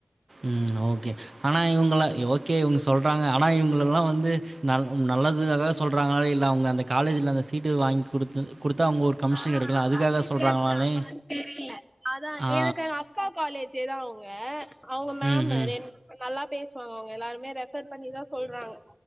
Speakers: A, on the right (about 70°); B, on the right (about 20°).
A: ம் ஓகே ஆனா இவங்கல்லா ஓகே இவங்க சொல்றாங்க ஆனா இவங்களல்லா வந்து நல் நல்லதுக்காகதா சொல்றாங்களா இல்ல அவங்க அந்த காலேஜுல அந்த சீட்டு வாங்கி் குடுத்து குடுத்தா அவங்க ஒரு கமிஷன்
B: ஆ
A: கிடைக்கலாம். அதுக்காக
B: அப்டி
A: சொல்றாங்களான்னே
B: பேசுறாங்களான்னு தெரியல அதா
A: ஆ.
B: எனக்கு எங்க அக்கா காலேஜேதா அவங்க அவங்க மேமு
A: ம், ம்.
B: ரெண் நல்லா பே சுவாங்க அவங்க எல்லாருமே ரெஃபர் பண்ணிதா சொல்றாங்க.